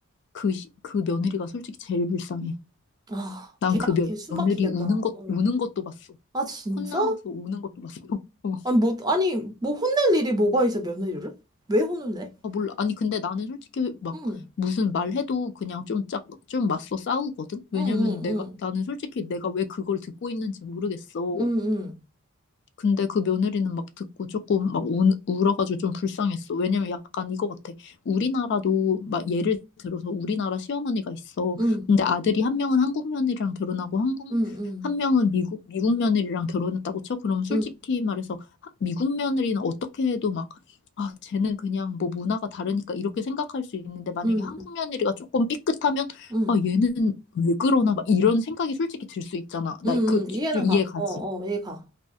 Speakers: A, on the left; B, on the right.
A: 그, 시- 그 며느리가 솔직히 제일 불쌍해.
B: 아,
A: 난
B: 걔,
A: 그
B: 걔숨
A: 며느리
B: 막히겠다.
A: 우는
B: 어.
A: 것 우는 것도 봤어.
B: 아, 진짜?
A: 콧나가서 우는 것도 봤어. <laughs>
B: 아니, 뭐, 아니, 뭐 혼낼 일이 뭐가 있어, 며느리를? 왜 혼을 내?
A: 아, 몰라. 아니, 근데 나는 솔직히 막
B: 응,
A: 무슨 말해도 그냥 좀 짝, 좀 맞서 싸우거든? 왜냐면
B: 응, 응,
A: 내가,
B: 응,
A: 나는 솔직히 내가 왜 그걸 듣고 있는지 모르겠어.
B: 응,
A: 근데 그 며느리는 막 듣고 조금 막 우, 울어가지고 좀 불쌍했어. 왜냐면 약간 이거 같아. 우리나라도 막 예를 들어서 우리나라 시어머니가 있어.
B: 응, 응,
A: 근데 아들이 한 명은 한국 며느리랑 결혼하고 한국
B: 응, 응,
A: 한 명은 미국 미국 며느리랑 결혼했다고 쳐. 그럼 솔직히
B: 응,
A: 말해서 하- 미국 며느리는 어떻게 해도 막 아, 쟤는 그냥 뭐 문화가 다르니까 이렇게 생각할 수 있는데 만약에
B: 응,
A: 한국 며느리가 조금 삐끗하면
B: 응,
A: 아, 얘는 왜 그러나 막 이런 생각이 솔직히 들 수 있잖아.
B: 응,
A: 나 그
B: 응, 이해는
A: 이해
B: 가.
A: 가지.
B: 어, 어, 이해 가.